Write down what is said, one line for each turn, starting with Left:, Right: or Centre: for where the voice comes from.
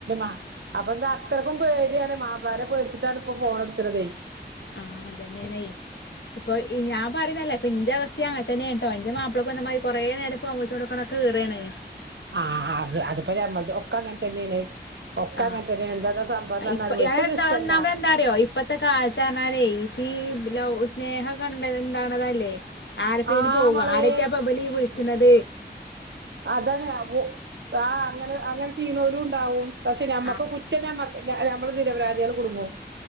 Right: അ അപ്പൊ എന്താ അത്രക്കും പേടിയാണ് മാപ്പിളാര പേടിച്ചിട്ടാണ് ഇപ്പ ഫോണ എടുക്കുന്നത്
Left: ആഹ അതന്നെയണ ഇപ്പൊ ഞാൻ പറുന്നല്ല ഇപ്പ ഇന്റെ അവസ്ഥ അങ്ങെ തന്നെ കേട്ടോ എന്റെ മാപ്പിളക്കെന്നമാതി കുറേ നേരം ഫോൺ വിളിച്ചോണ്ട് ക്കണത് കേറാണ്
Right: ആ അ അത്പല നമ്മൾ ഒക്കെ അങ്ങനെ തന്നെയാണ് ഒക്കെ
Left: ആഹ
Right: അങ്ങനെ തന്നെയാണ് എന്താ സംഭവംന്ന് പറഞ്ഞാല്
Left: ഇപ്പ ഞൻ
Right: ഓൽക്കത്
Left: എന്താ
Right: ഇഷ്ടല്ല
Left: നമ്മ എന്താറിയോ ഇപ്പത്തെ കാലത്ത് ഇത് ഇപ്പ ലവ് സ്നേഹ കണ്ട എന്താണതല്ലേ ആരപ്പേൽ
Right: ആഹ്
Left: പോവും
Right: മളെ
Left: ആരക്കെയാ പബലി വിളിച്ചന്നത്
Right: അതന്നെ അ ആ അങ്ങനെ അങ്ങനെ ചെയ്യുന്നോലും ഉണ്ടാവും പക്ഷെ നമ്മക്ക്
Left: ആഹ്
Right: കുറ്റം നമ്മക്ക് നമ്മള് നിരപരാധികൾ കുടുങ്ങും